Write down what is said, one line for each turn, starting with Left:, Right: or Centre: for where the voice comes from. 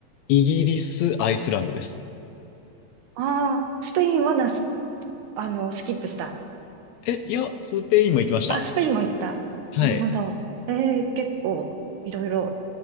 Left: イギリス、アイスランドです。
Right: ああ、スペインはなし、あの、スキップした。
Left: え、いや、スペインも行きました。
Right: あ、スペインも行った。
Left: はい。
Right: なるほど。えー、結構、いろいろ、